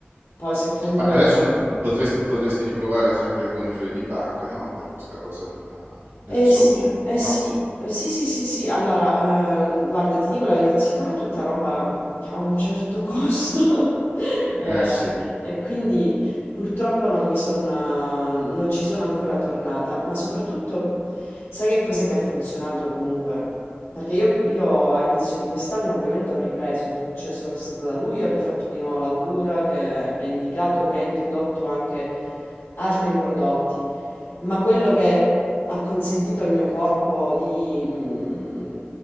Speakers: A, on the left; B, on the right.
A: Poi se comunque
B: ma adesso no- potresti, potresti riprovare sempre con i fiori di Bach, no? Per questa cosa della- del
A: Eh
B: sonno,
A: sì, eh
B: no?
A: sì, eh sì, sì, sì, sì. Allora, ehm, guarda, ti dico la verità, siccome è tutta roba che ha un certo costo, <laughs> eh,
B: Eh sì,
A: e quindi purtroppo non mi sono, non ci sono ancora tornata, ma soprattutto, sai che cos'è che ha funzionato comunque? Perché io, io a inizio di quest'anno ovviamente ho ripreso, tut- cioè sono stata da lui, ho rifatto di nuovo la cura che mi ha indicato, mi ha introdotto anche altri prodotti. Ma quello che ha consentito al mio corpo di, mm,